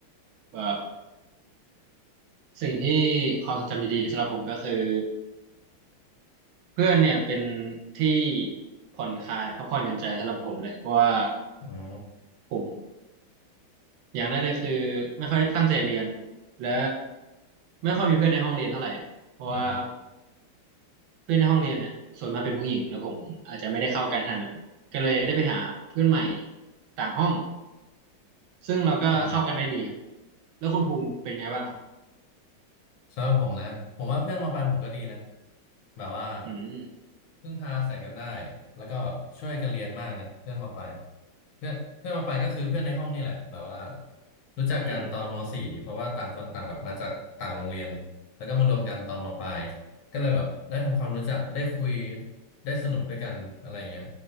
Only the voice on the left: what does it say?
อ๋อ
อ๋อ
อืม
สำหรับผมนะผมว่าเพื่อนมาไปลายผมก็ดีนะแบบว่า
พึ่งพาใส่กันได้แล้วก็แบบช่วยกันเรียนมากนะเพื่อนมาไปลายเพื่อนเพื่อนมาไปลายก็คือเพื่อนในห้องนี่แหละแบบว่ารู้จักกันตอนมสี่เพราะว่าต่างคนต่างแบบมาจากต่างโรงเรียนแล้วก็มารวมกันตอนมปลาย
ก็เลยแบบได้ทำความรู้จักได้คุยได้สนุกด้วยกันอะไรอย่างเงี้ย